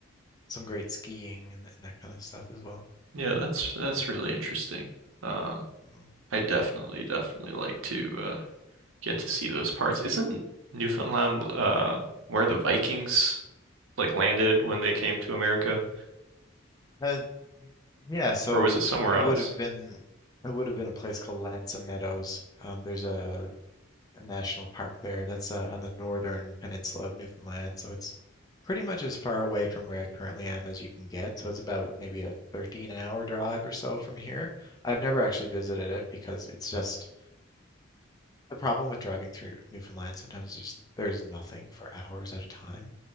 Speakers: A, on the left; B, on the right.
A: some great skiing and, and that kind of stuff as well.
B: Yeah, that's that's really interesting. Um,
A: Mhm.
B: I definitely, definitely like to uh get to see those parts. Isn't Newfoundland uh where the Vikings like landed when they came to America?
A: Uh, yeah, so
B: Or was it somewhere
A: it
B: else?
A: would have been it would have been a place called Lanza Meadows. Um, there's a a national park there. That's uh, on the northern peninsula of Newfoundland, so it's pretty much as far away from where I currently am as you can get. So it's about maybe a 13-hour drive or so from here. I've never actually visited it because it's just the problem with driving through Newfoundland sometimes is just there's nothing for hours at a time.